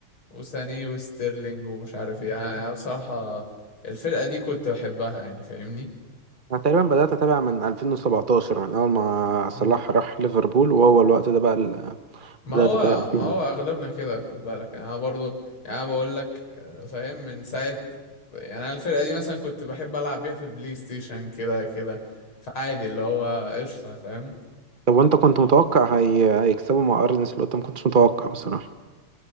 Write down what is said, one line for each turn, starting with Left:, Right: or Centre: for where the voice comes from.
Left: وساني وستيرلينج ومش عارف ايه يعني انا بصراحة الفرقة دي كنت بحبها يعني فاهمني
Right: انا تقريبا بدأت اتابع من 2017 من اول ما صلاح
Left: مم.
Right: راح ليفربول وهو الوقت ده بقى اللي
Left: ما
Right: بدأت
Left: هو
Right: اتابع فيه
Left: ما هو اغلبنا كده خد بالك يعني انا برضه يعني انا بقول لك آه، فاهم من ساعة يعني انا الفرقة دي مثلا كنت بحب العب بيها في البلاي ستيشن كده كده فعادي اللي هو قشطة فاهم
Right: طب وانت كنت متوقع هي... هيكسبوا مع ارن سلوت ما كنتش متوقع بصراحه